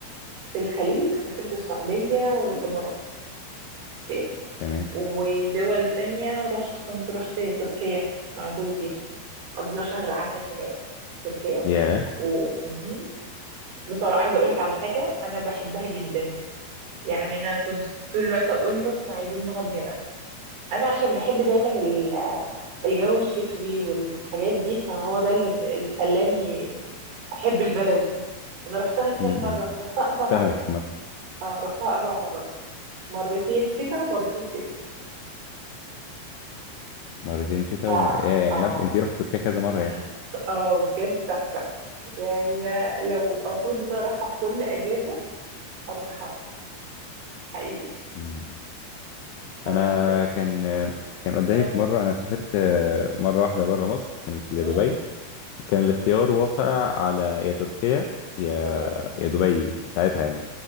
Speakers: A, on the right; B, on the left.
A: في الخليج سافرت السعودية والامارات اوكي
B: تمام
A: ودول تانية رحت كنت رحت تركيا مع جوزي قضينا شهر عسل هناك في تركيا
B: يا
A: و... مهم. بصراحة عايزة أقولك على حاجة أنا بحبها جدا يعني أنا كنت طول الوقت أقول له إحنا عايزين نقعد هنا أنا عشان بحب دايما ال- الجو الشتوي والحاجات دي فهو ده اللي اللي خلاني بحب البلد دي انا رحتها كام
B: امم
A: مره رحتها اربع
B: فاهمك
A: مرات
B: عامة
A: آه رحتها اربع مرات مرتين شتاء ومرتين صيف
B: مرتين شتاء
A: ف
B: ومر... يا-
A: اه
B: يعني رحت... انت رحت تركيا كذا مره
A: <laughs>
B: يعني
A: اه بجد تحفه يعني أنا لو اطول ان أنا اروحها كل اجازه اروحها حقيقي
B: مم.
A: كل
B: انا
A: ب...
B: كان كان قدامي
A: اه
B: في مره انا سافرت آه، مره واحده بره مصر كانت لدبي
A: اه
B: وكان
A: اه
B: الاختيار واقع على يا تركيا يا
A: اه
B: يا دبي ساعتها يعني